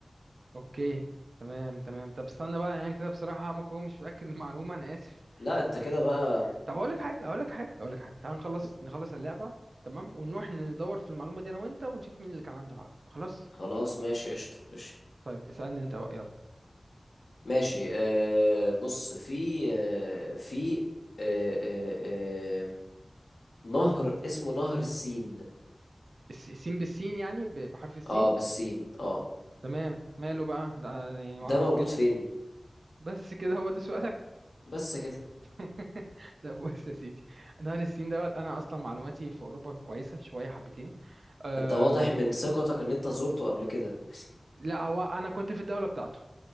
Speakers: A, on the right; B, on the left.
A: اوكي تمام تمام طب استنى بقى يعني كده بصراحه ممكن هو مش متاكد من المعلومه انا اسف
B: لا
A: هت...
B: انت كده بقى
A: طب هقول لك حاجه هقول لك حاجه هقول لك حاجه تعال نخلص نخلص اللعبه تمام ونروح ندور في المعلومه دي انا وانت ونشوف مين اللي كان عنده حق خلاص
B: خلاص ماشي قشطه قشطه
A: طيب اسألني انت بقى يلا
B: ماشي آه بص في آه في آه آه آه نهر اسمه نهر السين
A: الس- السين بالسين يعني ب- بحرف السين
B: اه بالسين اه
A: تمام ماله بقى ده يعني معروف
B: ده موجود
A: جدا
B: فين
A: بس كده هو ده سؤالك
B: بس كده
A: <laughs> لا بص يا سيدي نهر السين دوت انا اصلا معلوماتي في اوروبا كويسة شوية حبتين أه
B: انت واضح من ثقتك ان انت زرته قبل كده <laughs>
A: لا هو انا كنت في الدولة بتاعته